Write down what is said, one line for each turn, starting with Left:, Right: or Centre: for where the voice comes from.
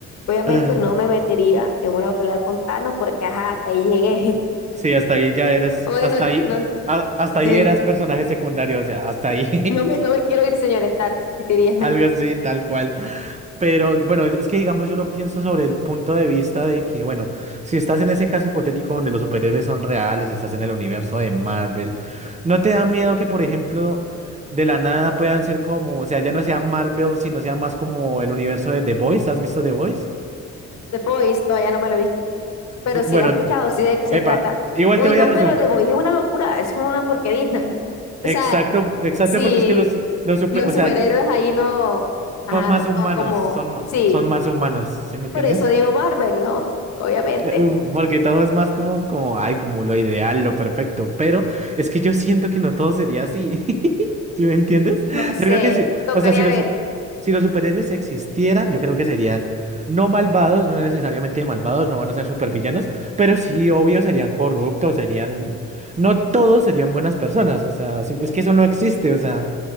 Left: obviamente
Right: <laughs>
Left: no me metería en una pelea con Thanos porque ajá, hasta ahí llegué.
Right: sí, hasta ahí ya eres,
Left: Bueno,
Right: hasta ahí,
Left: no,
Right: a- hasta
Left: sí,
Right: ahí eras personaje secundario, o sea, hasta ahí.
Left: no me, no me quiero ir, señor Stark, diría.
Right: Algo así, tal cual. Pero bueno, es que digamos, yo lo pienso sobre el punto de vista de que, bueno, si estás en ese caso hipotético donde los superhéroes son reales, estás en el universo de Marvel, ¿no te da miedo que, por ejemplo, de la nada puedan ser como, o sea, ya no sea Marvel, sino sea más como el universo de The Voice? ¿Has visto The Voice?
Left: The Boys todavía no me lo he visto, pero
Right: B-
Left: sí
Right: Bueno,
Left: la he escuchado, sí sé de qué se
Right: epa,
Left: trata.
Right: igual
Left: Uy,
Right: te voy
Left: no,
Right: a resumir.
Left: pero The Boys es una locura, es una porquería. <laughs>
Right: Exacto,
Left: O sea,
Right: exacto,
Left: si
Right: porque es que los, los super,
Left: los
Right: o
Left: superhéroes
Right: sea, i-
Left: ahí no, ajá,
Right: son más
Left: no
Right: humanos,
Left: son como,
Right: son, ma-
Left: sí,
Right: son más humanos, ¿sí me entiendes?
Left: por eso digo Marvel, ¿no? <laughs> Obviamente,
Right: Eh, um, Porque todo es más como, como, ay, como lo ideal, lo perfecto, pero es que yo siento que no todo sería así, <laughs> ¿sí me entiendes?
Left: no sé,
Right: Yo creo que sí,
Left: tocaría
Right: o sea, si los,
Left: ver.
Right: si los superhéroes existieran, yo creo que serían no malvados, no necesariamente malvados, no van a ser supervillanos, pero sí, obvio, serían corruptos, serían, no todos serían buenas personas, o sea, sí- es que eso no existe, o sea,